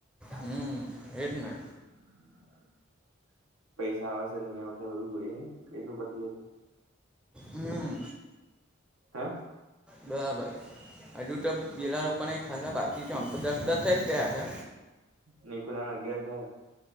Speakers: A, in the centre; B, on the right.
A: હમ એ જ
B: <inaudible>
A: ને
B: પૈસા આવેશે કે નહી આવતા એ બધું જોઈએ ને એટલું પતિ જાય તો
A: હમ
B: હે
A: બરાબર હજુ તો પીલા લોકોને ખાસા બાકી છે ઓમ તો દસ દસ છે જ ગયા છે
B: નિકુલયા ના અગિયાર થાયા